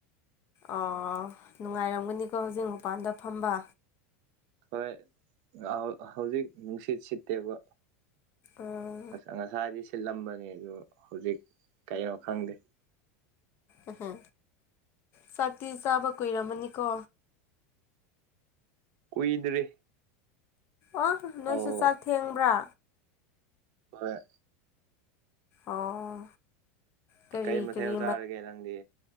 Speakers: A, on the left; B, on the right.
A: ꯑꯣ ꯅꯨꯡꯉꯥꯏꯔꯝꯒꯅꯤꯀꯣ ꯍꯧꯖꯤꯛ ꯃꯄꯥꯟꯗ ꯐꯝꯕ
B: ꯍꯣꯏ ꯍꯧꯖꯤꯛ ꯅꯨꯡꯁꯤꯠ ꯁꯤꯠꯇꯦꯕ
A: ꯎꯝ
B: ꯉꯁꯥꯏꯗꯤ ꯁꯤꯜꯂꯝꯕꯅꯦ ꯑꯗꯨ ꯍꯧꯖꯤꯛ ꯀꯩꯅꯣ ꯈꯪꯗꯦ
A: ꯎꯍ ꯆꯥꯛꯇꯤ ꯆꯥꯕ ꯀꯨꯏꯔꯝꯃꯅꯤꯀꯣ
B: ꯀꯨꯏꯗ꯭ꯔꯤ
A: ꯑꯣ ꯅꯣꯏꯁꯨ
B: ꯑꯧ
A: ꯆꯥꯛ ꯊꯦꯡꯕ꯭ꯔꯥ
B: ꯍꯣꯏ
A: ꯑꯣ ꯀꯔꯤ
B: ꯀꯩ ꯃꯊꯦꯜ
A: ꯀꯔꯤ
B: ꯆꯥꯔꯒꯦ ꯅꯪꯗꯤ